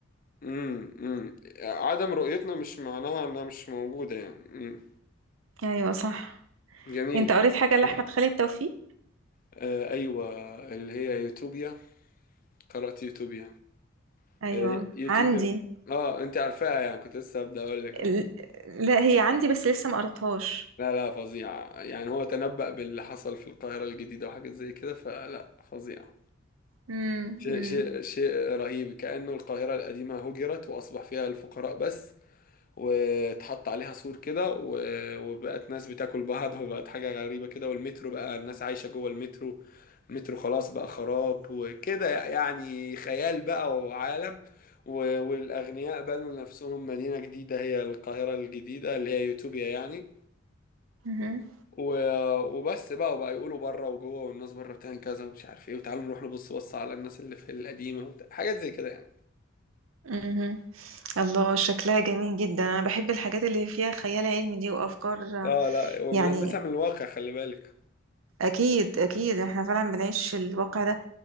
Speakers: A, on the left; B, on the right.
A: امم امم عدم رؤيتنا مش معناها انها مش موجودة يعني امم
B: ايوه صح
A: جميل
B: انت قريت حاجة لأحمد خالد توفيق
A: آه ايوه اللي هي يوتوبيا قرأت يوتوبيا
B: ايوه
A: هي يوتيوبر
B: عندي
A: اه انت عارفاها يعني كنت لسه هبدأ اقول لك اه
B: ال- لا هي عندي بس لسه ما قريتهاش
A: لا لا فظيع يعني هو تنبأ باللي حصل في القاهرة الجديدة وحاجات زي كده فلا فظيع
B: امم
A: شيء
B: امم
A: شيء شيء رهيب كأنه القاهرة القديمة هجرت وأصبح فيها الفقراء بس واتحط عليها سور كده و- وبقت ناس بتاكل بعض <laughs> وبقت حاجة غريبة كده والمترو بقى الناس عايشة جوه المترو المترو خلاص بقى خراب وكده يعني خيال بقى وعالم و- والأغنياء بنوا نفسهم مدينة جديدة هي القاهرة الجديدة اللي هي يوتوبيا يعني
B: مهم.
A: و- وبس بقى وبقى يقولوا بره وجوه والناس بره بتعمل كذا ومش عارف ايه وتعالوا نروح نبص بص على الناس اللي في القديمة وبتاع. حاجات زي كده يعني
B: مهم. الله شكلها جميل جدا انا بحب الحاجات اللي فيها خيال علمي دي وافكار
A: اه
B: آه،
A: لا وملمسها
B: يعني
A: من الواقع خلي بالك
B: أكيد أكيد إحنا فعلا بنعيش الواقع ده